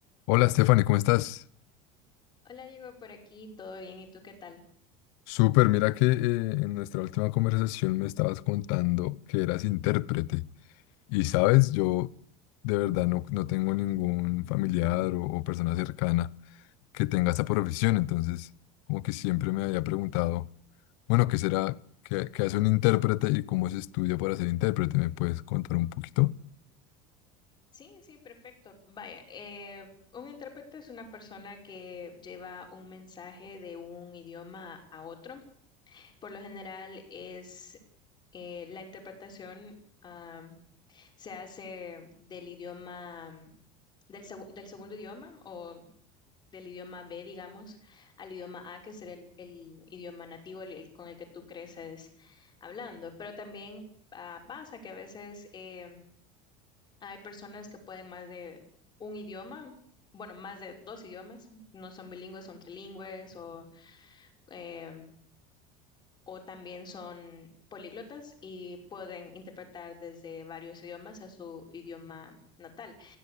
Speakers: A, on the left; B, on the left.
A: Hola Stephanie, ¿cómo estás?
B: Hola, digo por aquí, ¿todo bien? ¿Y tú qué tal?
A: Súper, mira que eh, en nuestra última conversación me estabas contando que eras intérprete y sabes, yo de verdad no, no tengo ningún familiar o, o persona cercana que tenga esta profesión, entonces como que siempre me había preguntado, bueno, ¿qué será, qué, qué hace un intérprete y cómo se estudia para ser intérprete? ¿Me puedes contar un poquito?
B: Sí, sí, perfecto. Vaya, eh, un intérprete es una persona que lleva un mensaje de un idioma a otro. Por lo general es eh, la interpretación am, se hace del idioma, am, del, segu- del segundo idioma o del idioma B, digamos, al idioma A, que será el, el idioma nativo el- el con el que tú creces hablando. Pero también ah, pasa que a veces... em, Hay personas que pueden más de un idioma, bueno, más de dos idiomas, no son bilingües, son trilingües o, em, o también son políglotas y pueden interpretar desde varios idiomas a su idioma natal